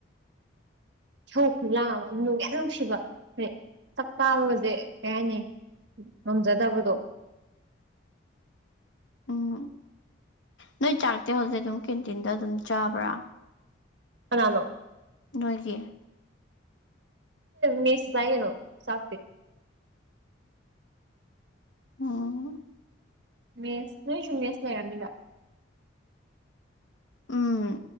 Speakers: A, on the right; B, on the left.
A: ꯁꯧ ꯈꯨ ꯂꯥꯡꯑꯕ ꯅꯅꯨꯡ ꯌꯥꯝ ꯅꯨꯡꯁꯤꯕ ꯍꯩ ꯆꯥꯛꯇꯥꯕꯒꯁꯦ ꯀꯩ ꯍꯥꯏꯅꯤ ꯉꯝꯖꯗꯕꯗꯣ
B: ꯎꯝ ꯅꯣꯏ ꯆꯥꯛꯇꯦ ꯍꯧꯖꯤꯛ ꯑꯗꯨꯝ ꯀꯦꯟꯇꯤꯟꯗ ꯑꯗꯨꯝ ꯆꯥꯕ꯭ꯔꯥ
A: ꯑꯅꯣ
B: ꯅꯣꯏꯒꯤ
A: ꯅꯁ ꯇꯩꯅꯣ ꯆꯐꯇꯦ
B: ꯑꯝ
A: ꯃꯦꯁ ꯅꯣꯏꯁꯨ ꯃꯦꯁ ꯂꯩꯔꯃꯤꯗꯥꯛ
B: ꯎꯝ